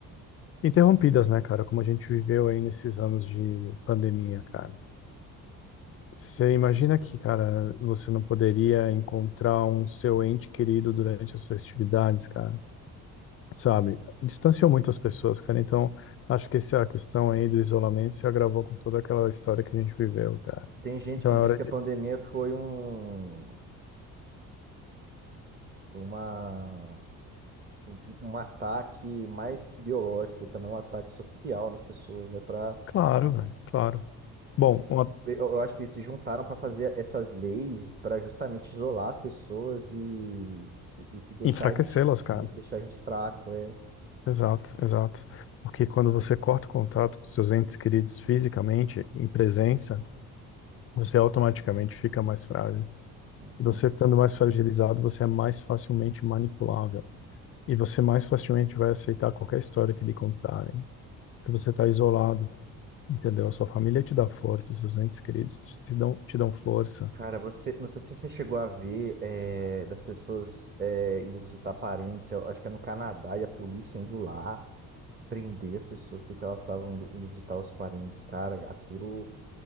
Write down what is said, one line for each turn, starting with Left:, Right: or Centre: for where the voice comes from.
Left: interrompidas, né, cara? Como a gente viveu aí nesses anos de pandemia, cara. Você imagina que, cara, você não poderia encontrar um seu ente querido durante as festividades, cara, sabe? Distanciou muito as pessoas, cara. Então, acho que essa questão aí do isolamento se agravou com toda aquela história que a gente viveu, cara.
Right: Tem gente
Left: Então
Right: que
Left: é
Right: diz
Left: hora
Right: que
Left: de.
Right: a pandemia foi um, foi uma um um ataque mais que biológico, e também um ataque social nas pessoas, né, para
Left: Claro, velho, claro. Bom, uma-
Right: eu eu acho que eles se juntaram para fazer essas leis para justamente isolar as pessoas e, e- e deixar
Left: enfraquecê-las,
Right: a gente
Left: cara.
Right: e deixar a gente fraco, é.
Left: Exato, exato. Porque quando você corta o contato com seus entes queridos fisicamente, em presença, você automaticamente fica mais frágil.
Right: Uhum.
Left: E você estando mais fragilizado, você é mais facilmente manipulável. E você mais facilmente vai aceitar qualquer história que lhe contarem, porque você está isolado, entendeu? A sua família te dá força, seus entes queridos te dão, te dão força.
Right: Cara, você, não sei se você chegou a ver é, das pessoas é, indo visitar parentes, eu acho que é no Canadá, e a polícia indo lá prender as pessoas porque elas estavam indo, indo visitar os parentes, cara, aquilo...